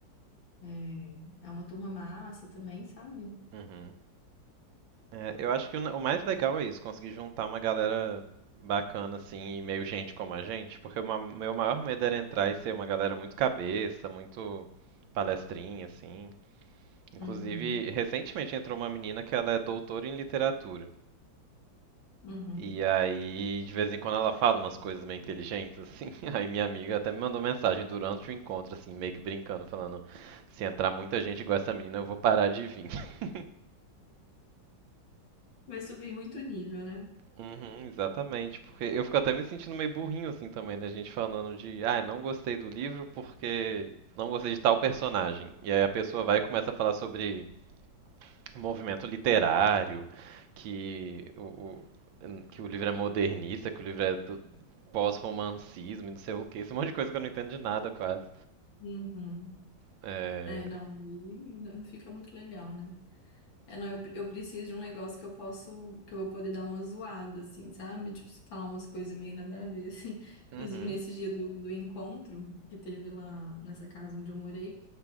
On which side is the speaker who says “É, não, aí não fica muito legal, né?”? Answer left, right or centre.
Left